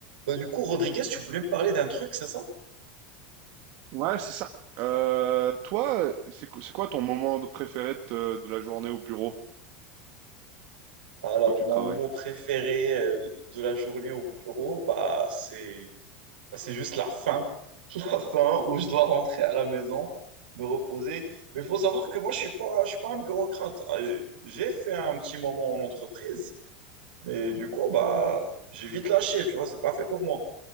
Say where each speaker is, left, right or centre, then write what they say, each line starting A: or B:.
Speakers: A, on the right; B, on the right.
A: Bah, du coup, Rodriguez, tu voulais me parler d'un truc, c'est ça?
B: Ouais, c'est ça. Euh, toi, c'est quoi, c'est quoi ton moment de- préféré de, te- de la journée au bureau
A: Alors,
B: quand tu
A: mon
B: travailles?
A: moment préféré euh, de la journée au bureau, bah, c'est bah, c'est juste la fin. <laughs> La fin où je dois rentrer à la maison, me reposer. Mais il faut savoir que moi, je suis pas, je suis pas un bureaucrate. Ah, J'ai fait un petit moment en entreprise, mais du coup, bah, j'ai vite lâché, tu vois, c'est pas fait pour moi.